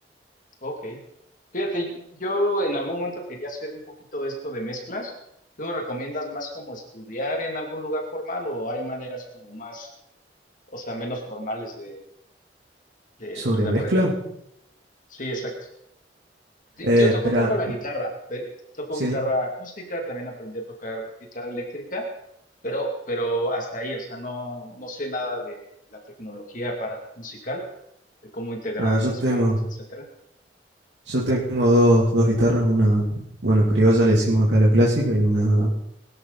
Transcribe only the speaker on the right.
Sobre
mezcla,
eh,
espera,
sí,
ah, yo
tengo,
yo tengo dos, dos guitarras, una, bueno, criolla le decimos acá la clásica y una,